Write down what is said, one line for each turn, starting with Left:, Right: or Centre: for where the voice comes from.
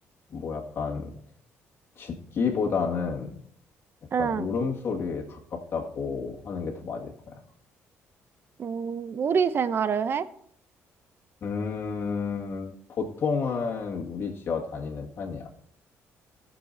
Left: 뭐 약간, 짖기보다는 약간
Right: 응.
Left: 울음소리에 가깝다고 하는 게 더 맞을 거야.
Right: 음, 무리 생활을 해?
Left: 음, 보통은 무리지어 다니는 편이야.